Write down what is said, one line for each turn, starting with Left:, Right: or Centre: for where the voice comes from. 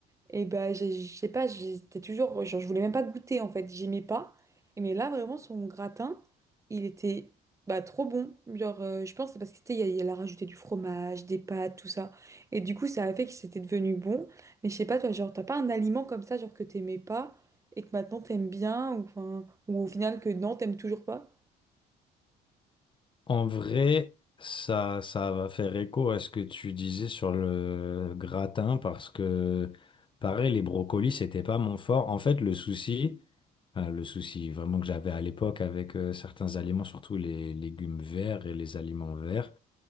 Right: et ben, j'ai- je sais pas, j'étais toujours, genre, je voulais même pas goûter en fait, j'aimais pas. Et mais là, vraiment, son gratin, il était bah, trop bon. Genre, euh, je pense que c'est parce qu'il il y a il a rajouté du fromage, des pâtes, tout ça. Et du coup, ça a fait que c'était devenu bon. Mais je sais pas, toi, genre, t'as pas un aliment comme ça, genre, que t'aimais pas et que maintenant t'aimes bien, ou, enfin, ou au final que non, t'aimes toujours pas?
Left: En vrai, ça, ça va faire écho à ce que tu disais sur le gratin parce que, pareil, les brocolis, c'était pas mon fort. En fait, le souci, euh, le souci vraiment que j'avais à l'époque avec euh, certains aliments, surtout les légumes verts et les aliments verts,